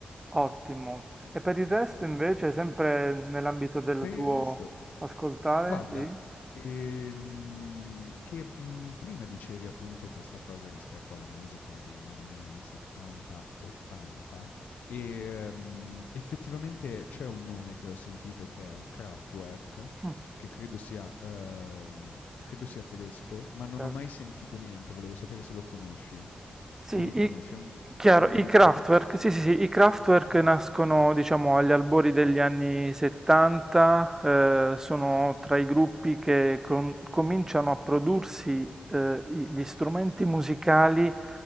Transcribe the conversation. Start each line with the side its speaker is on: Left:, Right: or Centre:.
Right: Ottimo. E per il resto, invece, sempre nell'ambito del
Left: Per
Right: tuo
Left: il resto
Right: ascoltare,
Left: Guarda,
Right: sì?
Left: ehm, che, mhmm, prima dicevi appunto questa cosa rispetto alla musica degli anni 70, 80, ehm, effettivamente c'è un nome che ho sentito che è Kraftwerk,
Right: Mm,
Left: che credo sia uhm, credo sia tedesco, ma non
Right: certo.
Left: ho mai sentito niente, volevo sapere se lo conosci
Right: Sì,
Left: o li conosci.
Right: i,
Left: È un
Right: chiaro,
Left: è un
Right: i
Left: gruppo?
Right: Kraftwerk, sì, sì, sì, i Kraftwerk
Left: Oka
Right: nascono, diciamo, agli albori degli anni 70, eh, sono tra i gruppi che con- cominciano a prodursi eh, i- gli strumenti musicali